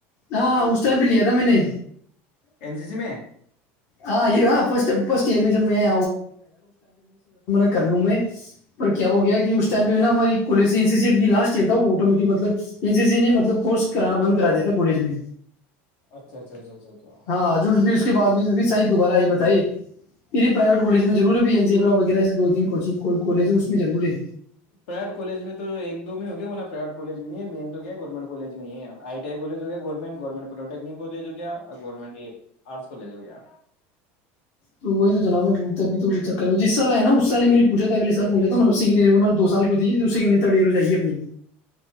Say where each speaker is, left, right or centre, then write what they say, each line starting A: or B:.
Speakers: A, on the left; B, on the left.
A: ہاں اس ٹائم پہ لیا تھا میں نے
B: این سی سی میں
A: ہاں ہاں فسٹ فسٹ ایئر میں <unintelligible> کر لوں میں پر کیا ہو گیا کہ اس ٹائم پہ نا ہماری کولی سی سیٹ کی لاش کیا تھا وہ اٹومیٹک مطلب این سی سی کورس کرانا بند کرا دیا تھا کولج میں
B: اچھا اچھا اچھا اچھا اچھا
A: ہاں جو بھی اس کے بعد میں بھی شاید دوبارہ ائی بتائی یہی پرائیوٹ کولج اس میں ضرور ہے بھی وغیرہ دو تین کوچنگ کالج اس میں ضرور ہے
B: پریڈ کالج میں تو ایک دو میں ہوں گے ورنہ پیڈ کالج میں نہیں ہے مین تو کیا ہے گورنمنٹ کالج میں ہی‌ ہے ائی ٹی ائی کولج ہو گیا گورنمنٹ گورنمنٹ پلو ٹیکنیک ہولیہ جو کہ گیا گورمٹ یہ ارٹس کالج ہو گیا
A: تو وہی تو جناب ابھی تو چکر میں جس طرح ہے نا اس سال میں نے پوچھا تھا اگلے سال پہلے تو ملوسی کی دو سال کی ہوتی تھی اپنی